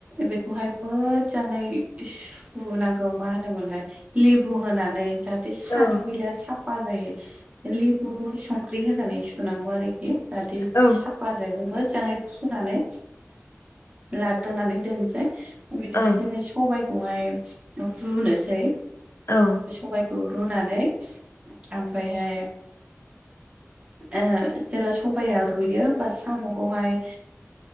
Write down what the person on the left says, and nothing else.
औ
औ
औ
औ